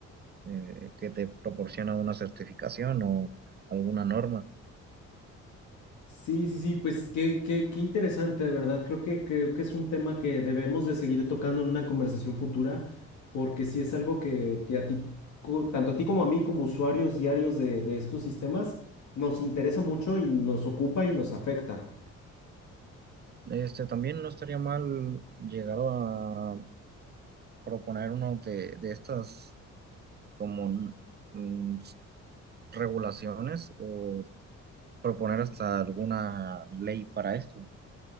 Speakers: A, on the right; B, on the left.
A: eh, que te proporciona una certificación o alguna norma.
B: Sí, sí, sí, pues qué, qué, qué interesante, de verdad. Creo que, creo que es un tema que debemos de seguir tocando en una conversación futura, porque sí es algo que, que a ti, co- tanto a ti como a mí, como usuarios diarios de, de estos sistemas, nos interesa mucho y nos ocupa y nos afecta.
A: Este, también no estaría mal llegar a proponer uno de, de estas como mm, regulaciones o proponer hasta alguna ley para esto.